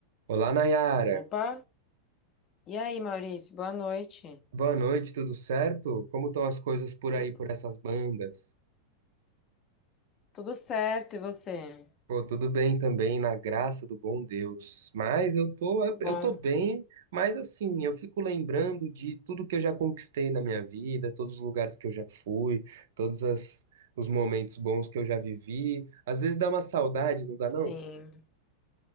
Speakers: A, on the right (about 55°); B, on the left (about 30°).
A: Olá, Nayara.
B: Opa! E aí, Maurício, boa noite.
A: Boa noite, tudo certo? Como estão as coisas por aí,
B: Tu-
A: por essas bandas?
B: Tudo certo, e você?
A: Pô, tudo bem também, na graça do bom Deus. Mas eu tô,
B: Bom,
A: eu tô bem, mas assim, eu fico lembrando de tudo que eu já conquistei na minha vida, todos os lugares que eu já fui, todos as- os momentos bons que eu já vivi. Às vezes dá uma saudade, não dá não?
B: sim.